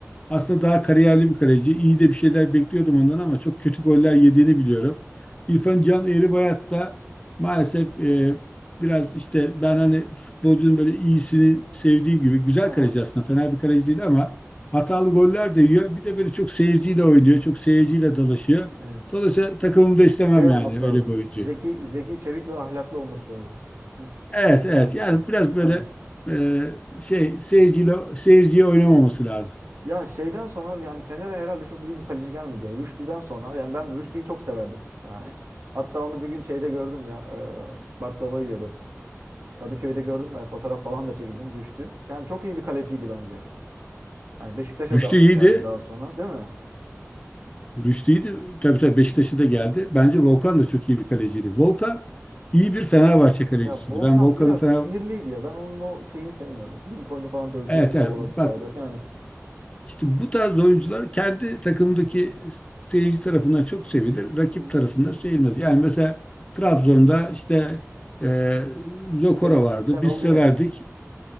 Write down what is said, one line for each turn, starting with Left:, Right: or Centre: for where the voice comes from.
Left: aslında daha kariyerli bir kaleci. İyi de bir şeyler bekliyordum ondan ama çok kötü goller yediğini biliyorum. İrfan Can Eğribayat da maalesef e, biraz işte ben hani futbolcunun böyle iyisini sevdiğim gibi güzel
Right: Aha,
Left: kaleci aslında fena bir kaleci değil ama hatalı goller de yiyor. Bir de böyle çok seyirciyle oynuyor. Çok seyirciyle dalaşıyor.
Right: evet.
Left: Dolayısıyla takımımda istemem
Right: Şey olması
Left: yani
Right: lazım.
Left: öyle bir oyuncu.
Right: Zeki, zeki, çevik ve ahlaklı olması lazım. <laughs>
Left: Evet, evet.
Right: Evet.
Left: Yani biraz böyle
Right: Aynen.
Left: e, şey seyirciyle seyirciye oynamaması lazım.
Right: Ya şeyden sonra yani Fener'e herhalde çok iyi bir kaleci gelmedi ya. Rüştü'den sonra yani ben Rüştü'yü çok severdim yani. Hatta onu bir gün şeyde gördüm ya. e, baklava yiyordu. Kadıköy'de gördüm ben fotoğraf falan da çekildim Rüştü. Yani çok iyi bir kaleciydi bence. Yani Beşiktaş'a
Left: Rüştü
Right: da
Left: iyiydi.
Right: geldi daha sonra değil mi?
Left: Rüştü iyiydi. Tabii tabii Beşiktaş'a da geldi. Bence
Right: Hı hı.
Left: Volkan da çok iyi bir kaleciydi. Volkan iyi bir Fenerbahçe kalecisiydi.
Right: Ya Volkan
Left: Ben Volkan'ın
Right: biraz
Left: Fener
Right: sinirliydi ya. Ben onun o şeyini sevmiyordum. Lincoln'u falan dövecekti
Left: Evet,
Right: kovaladı
Left: evet. Bak
Right: sahada <laughs> yani.
Left: İşte bu tarz oyuncular kendi takımdaki seyirci tarafından çok sevilir. Rakip
Right: Hı hı.
Left: tarafından sevilmez. Yani mesela Trabzon'da işte e, Zokora
Right: Şenol,
Left: vardı.
Right: Şenol
Left: Biz severdik.
Right: Güneş.